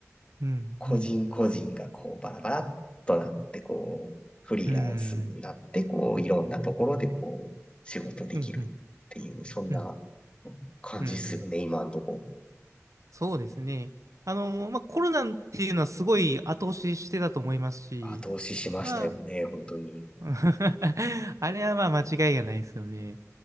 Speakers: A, on the right; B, on the left.
A: うんうん。
B: 個人個人がこうバラバラっとなってこう、フリーランスになってこう、
A: うーん。
B: いろんなところでこう、仕事できるっていう、
A: うんうん。
B: そんな
A: うん
B: 感じっすよね、
A: うんうんうん
B: 今んとこ。
A: そうですね。あの、まあ、コロナっていうのはすごい後押ししてたと思いますし、
B: 後押ししましたよね、
A: ま
B: 本当に。
A: あ、<laughs> あれはまあ間違いがないですよね。